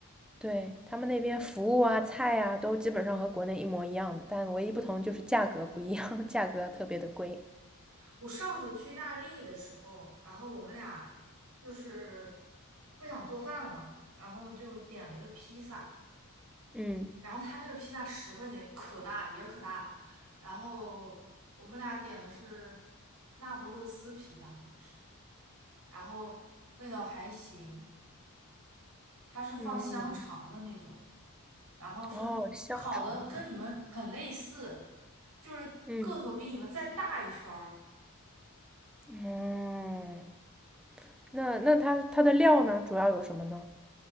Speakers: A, in the centre; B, on the right (about 80°).
A: 对，他们那边服务啊、菜啊，都基本上和国内一模一样，但唯一不同就是价格不一样，<laughs> 价格特别的贵。
B: 我上次去意大利的时候，然后我们俩就是不想做饭了嘛，然后就点了一个披萨，
A: 嗯
B: 然后他那个披萨十块钱，可大也可大。然后我们俩点的是那不勒斯披萨，好像是，然后味道还行。它是放香肠的那种，
A: 嗯，
B: 然后是烤的跟你们很类似，
A: 哦，香肠，
B: 就是个头比你们再大一圈儿，
A: 嗯嗯，那那它它的料呢，主要有什么呢？